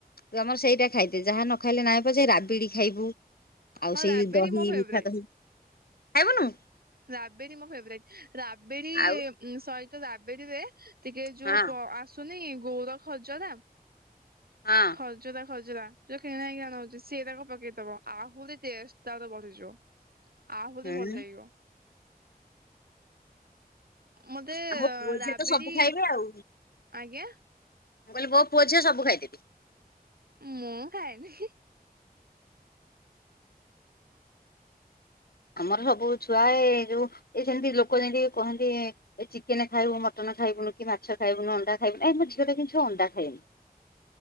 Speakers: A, on the left; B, on the right.
A: ତୁ ଆମର ସେଇଟା ଖାଇଦେ। ଯାହା ନ ଖାଇଲେ ନାଇଁ ପଛେ ରାବିଡି ଖାଇବୁ ଆଉ
B: ହଁ
A: ସେଇ
B: ରାବିଡି
A: ଦହି
B: ମୋ ଫେବରାଇଟ।
A: ମିଠା ଦହି, ଖାଇବୁନୁ?
B: ରାବିଡି ମୋ ଫେବରାଇଟ। ରାବିଡ଼ି
A: ଆଉ
B: ସହିତ ରାବିଡିରେ ଟିକେ ଯୋଉ
A: ହଁ
B: ପ ଆସୁନି ଗୋର ଖଜରା
A: ହଁ
B: ଖଜ ଖଜରା ଖଜରା। ଯୋଉ କିଣା ହେଇକି ଅଣା ହଉଚି ସେଇରାକ ପକେଇଦବ, ଆହୁରି ଟେଷ୍ଟ ତାର ବଢିଯିବ। ଆହୁରି
A: ହୁଁ
B: ଭଲ ଲାଗିବ। ମତେ
A: ଆଉ ମୋ ପୁଅ
B: ରାବିଡ଼ି,
A: ଝିଅ ତ ସବୁ ଖାଇବେ ଆଉ
B: ଆଜ୍ଞା?
A: ମୁଁ କହିଲି ମୋ ପୁଅ ଝିଅ ସବୁ ଖାଇଦେବେ।
B: ମୁଁ ଖାଏନି।
A: ଆମର ସବୁ ଛୁଆ ଏ ଯୋଉ ଏ ସେମତି ଲୋକ ଯେମତି କହନ୍ତି ଏ ଚିକେନ ଖାଇବୁ, ମଟନ ଖାଇବୁନୁ, କି ମାଛ ଖାଇବୁନୁ, ଅଣ୍ଡା ଖାଇବୁନୁ, ଏ ମୋ ଝିଅଟା ତ କିଛି ଅଣ୍ଡା ଖାଏନି।